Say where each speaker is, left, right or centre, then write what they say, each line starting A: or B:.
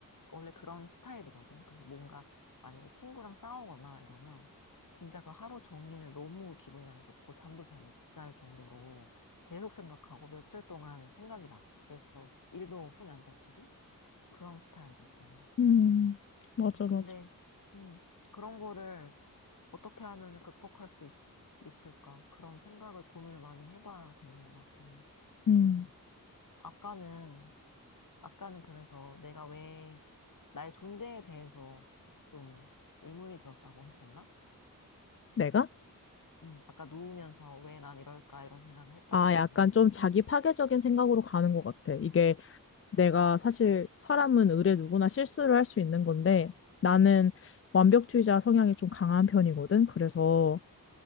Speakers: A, on the left (about 65°); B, on the left (about 40°).
A: 원래 그런 스타일이거든. 그래서 뭔가 만약에 친구랑 싸우거나 이러면 진짜 그 하루 종일 너무 기분이 안 좋고 잠도 잘 못 잘 정도로 계속 생각하고 며칠 동안 생각이 나. 그래서 일도 손에 안 잡히고 그런 스타일이거든.
B: 음, 맞아,
A: 음, 근데,
B: 맞아.
A: 음, 그런 거를 어떻게 하면 극복할 수 있, 있을까? 그런 생각을 고민을 많이 해봐야 되는 것 같긴 해.
B: 음,
A: 아까는 아까는 그래서 내가 왜 나의 존재에 대해서 좀 의문이 들었다고 했었나?
B: 내가?
A: 음, 아까 누우면서 왜 난 이럴까 이런 생각을 했다고
B: 아,
A: 했잖아.
B: 약간 좀 자기 파괴적인 생각으로 가는 것 같아. 이게 내가 사실 사람은 의례 누구나 실수를 할 수 있는 건데 나는 완벽주의자 성향이 좀 강한 편이거든. 그래서